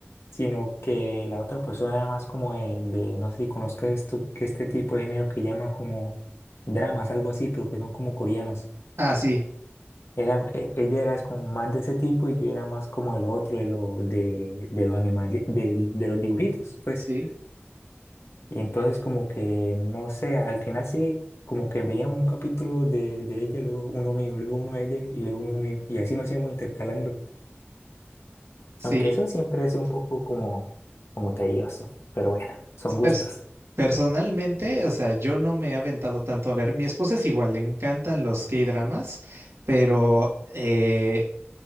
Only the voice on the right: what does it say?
Ah, sí.
Sí.
Sí.
Pers- personalmente, o sea, yo no me he aventado tanto a ver. Mi esposa es igual, le encantan los K-dramas, pero eh,